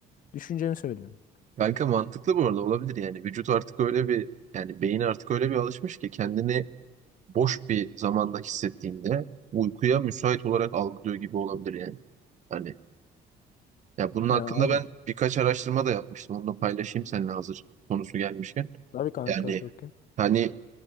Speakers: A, on the left; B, on the right.
A: düşüncemi söylüyorum.
B: Kanka mantıklı bu arada olabilir yani. Vücut artık öyle bir yani beyin artık öyle bir alışmış ki kendini boş bir zamanda hissettiğinde uykuya müsait olarak algılıyor gibi olabilir yani. Hani ya bunun
A: Ya
B: hakkında
A: aynen.
B: ben birkaç araştırma da yapmıştım. Onu da paylaşayım seninle hazır konusu gelmişken.
A: Tabii kanka
B: Yani
A: bakın.
B: hani